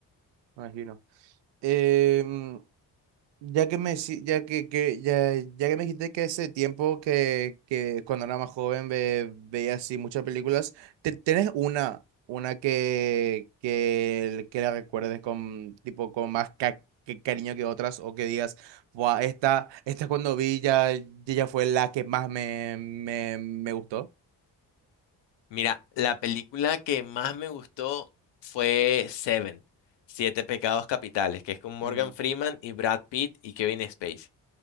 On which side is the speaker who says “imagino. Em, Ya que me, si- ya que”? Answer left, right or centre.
Right